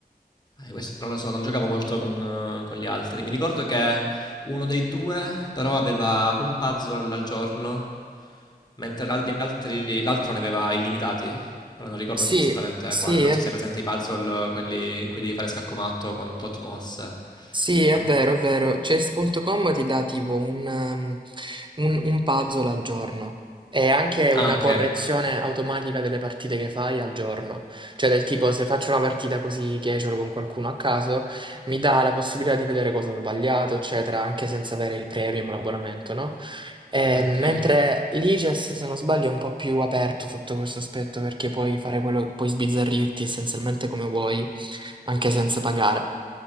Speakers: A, on the left; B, on the right.
A: Eh, questo non lo so, non giocavo molto con, eh, con gli altri. Mi ricordo che uno dei due però aveva un puzzle al giorno, mentre l'al- gli altri- l'altro ne aveva illimitati. Ora non ricordo
B: Sì,
A: esattamente
B: sì,
A: quale, non
B: è...
A: so se hai presente i puzzle, eh, quelli in cui devi fare scaccomatto con tot mosse.
B: Sì, è
A: No?
B: vero, è vero. Chess.com ti dà tipo un, um, un- un puzzle al giorno e anche una
A: Ah, ok,
B: correzione automatica delle partite che fai al giorno. Cioè, del tipo, se faccio una partita così casual con qualcuno a caso, mi dà la possibilità di vedere cosa ho sbagliato, eccetera, anche senza avere il premium, l'abbonamento, no? Eh,
A: ok.
B: mentre l'IGES, se non sbaglio, è un po' più aperto sotto questo aspetto perché puoi fare quello, puoi sbizzarrirti essenzialmente come vuoi anche senza pagare.